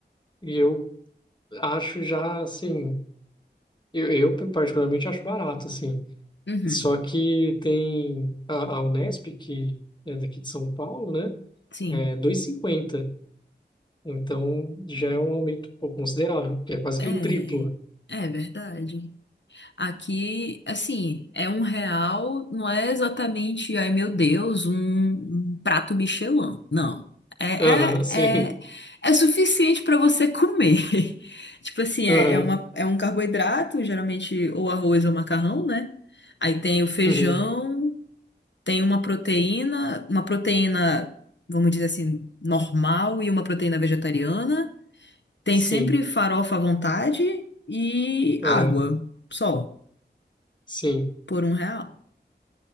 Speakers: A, on the left; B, on the left.
A: E eu acho já, assim... Eu, eu particularmente acho barato, assim.
B: Uhum.
A: Só que tem a, a Unesp, que é daqui de São Paulo, né?
B: Sim.
A: É dois e cinquenta Então já é um aumento um pouco considerável, que é quase
B: É,
A: que o triplo.
B: é verdade. Aqui, assim, é um real, não é exatamente, ai meu Deus, um, um prato Michelin. Não. É,
A: Aham, sim.
B: é, é, é suficiente para você comer. <laughs> Tipo assim,
A: Aham,
B: é, é, uma, é um carboidrato, geralmente ou arroz ou macarrão, né? Aí tem o feijão,
A: uhum,
B: tem uma proteína, uma proteína, vamos dizer assim, normal e uma proteína vegetariana. Tem
A: sim.
B: sempre farofa à vontade e
A: Aham,
B: água, só.
A: sim.
B: Por um real?